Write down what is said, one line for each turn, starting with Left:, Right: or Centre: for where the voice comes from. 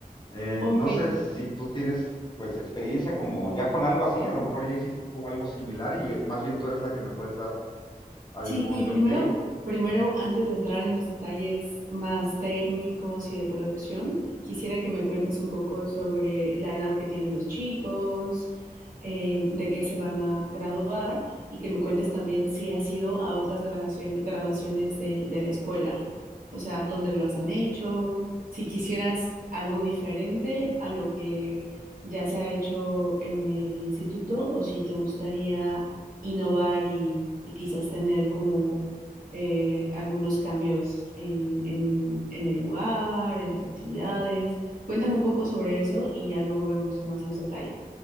Left: eh,
Right: Ok,
Left: no sé si tú tienes pues experiencia como ya con algo así, a lo mejor ya hiciste tú algo similar y eh, más bien tú eres la que me puedes dar algún
Right: Sí, y primero,
Left: tip.
Right: primero,
Left: Ujú.
Right: antes de entrar en los detalles más técnicos y de producción, quisiera que me cuentes un poco sobre la edad que tienen los chicos, eh, de qué se van a graduar y que me cuentes también si has ido a otras graduación- graduaciones de, de la escuela, o sea, dónde lo han hecho, si quisieras algo diferente a lo que ya se ha hecho en el instituto o si te gustaría innovar y, y quizás tener como eh, algunos cambios en, en, en el lugar, en las actividades. Cuéntame un poco sobre eso y ya luego vemos más los detalles.